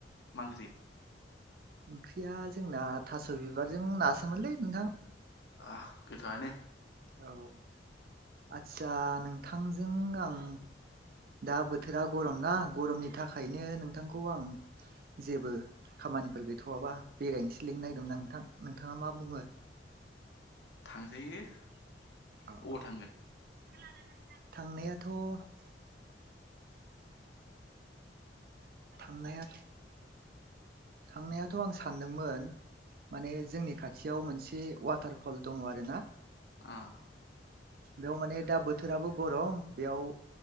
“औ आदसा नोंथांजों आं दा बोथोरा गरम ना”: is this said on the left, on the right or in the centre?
Right